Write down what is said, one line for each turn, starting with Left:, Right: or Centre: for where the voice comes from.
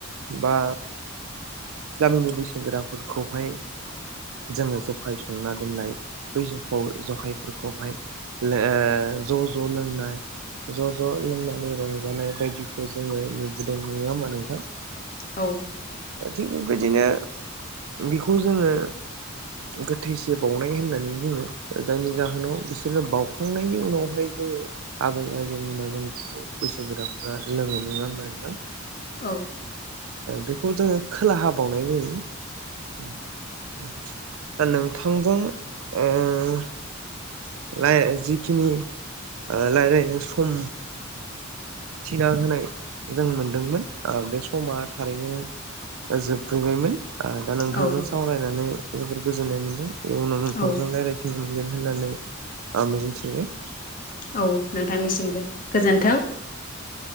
Right: बा गामिनि बैसोगोराफोरखौहाय जोङो जखाय संना दोननाय बै जौ जहायफोरखौहाय ज ज लोंनाय ज ज लोंनानै रंजानाय बायदिखौ जोङो नुबोदों नङा होमबा नोंथां
Left: औ
Right: थिग बेबायदिनो बेखौ जोङो गोथैसे बावनाय होननानै बुङो जायनि जाहोनाव बिसो बिसोरनो बावउखांनायनि उनावहाय जोङो आबै आजौमोना जों बेखौ बैसो गोराफोरा लोङो नङा होनबा नोंथां
Left: औ
Right: बेखौ जोङो खोला हा बावनाय जायो उम उम नोंथांजों ओ <inaudible> रा जिखिनि रायलायनो सम थिना होनाय जों मोनदोंमोन बे समा थारैनो जोबफैबायमोन दा नोंथांजों
Left: औ
Right: सावरायनानै जोबोर गोजोननाय मोन्दों। इयुनाव नोंथांजों
Left: औ औ
Right: रायलायफिननो मोनगोन होननानै आं मिजिंथि <inaudible>
Left: औ नोंथांनिसिमबो। गोजोन्थों।